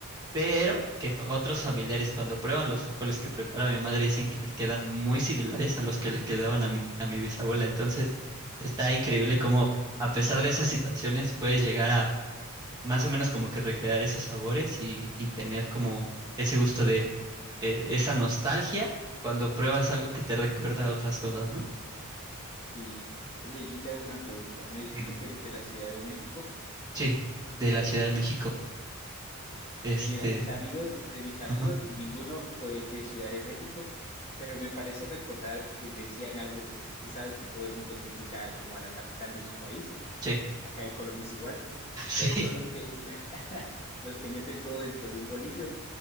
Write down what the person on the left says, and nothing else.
Sí. Oye, yo te hago una pregunta. Me dijiste
que eres de la Ciudad de México.
Pues mira, mis amigos, de mis amigos,
ninguno fue de Ciudad de México, pero me parece recordar que decían algo, pues tú sabes que todo el mundo critica como a la capital de su país,
acá en Colombia es igual,
ustedes
son los que, <laughs> los que meten todo dentro de un bolillo.